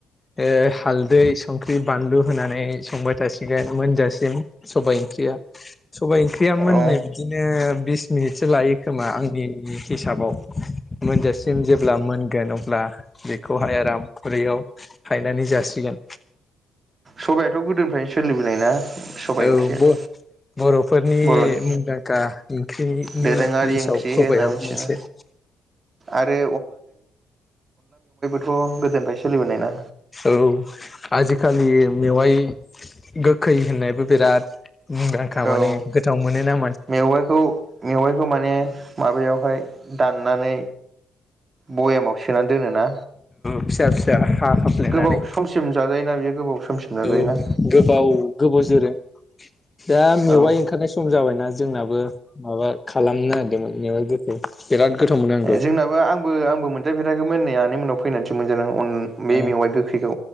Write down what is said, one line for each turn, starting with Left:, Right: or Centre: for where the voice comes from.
Left: ए हालदै संख्रि बानलु होनानै संबाय थासिगोन मोनजासिम सबाय ओंख्रिया सबाय ओंख्रिया मोननो
Right: औ
Left: बिदिनो बिस मिनिटसो लायो खोमा आंनि हिसाबाव मोनजासिम जेब्ला मोनगोन अब्ला बेखौहाय आराम खुरैयाव हायनानै जासिगोन।
Right: सबायथ' गोदोनिफ्रायनो सोलिबोनाय ना? सबाइ
Left: औ
Right: ओंख्रियाथ'
Left: ब बर'फोरनि
Right: बर'नि
Left: मुंदांखा ओंख्रिनि
Right: दोरोङारि
Left: लिसाव
Right: ओंख्रि
Left: सबायाबो
Right: होनना मिथियोना
Left: मोनसे।
Right: आरो थ गोदोनिफ्रायनो सोलिबोनाय ना?
Left: औ आजिखालि मेवाइ गोखै होननायबो बिराद मुंदांखा
Right: औ
Left: माने गोथाव मोनो ना
Right: मेवाइखौ मेवाइखौ माने माबायावहाय दाननानै बयामाव सोनानै दोनो ना
Left: फिसा फिसा हा हाफ्लेनानै
Right: गोबाव समसिम जाजायोना बेयो गोबाव समसिम जाजायोना
Left: औ गोबाव गोबाव जोरो दा मेवाइ
Right: औ
Left: ओंखारनाय सम जाबायना जोंनाबो माबा खालामनायदोंमोन मेवाय गोखै बिराद गोथाव मोनो आं
Right: जोंनाबो आंबो आंबो मोन मोनजाफेराखैमोन नै आनै मोननाउ फैनानैसो मोनजादों आं बे
Left: द'
Right: मेवाइ गोखैखौ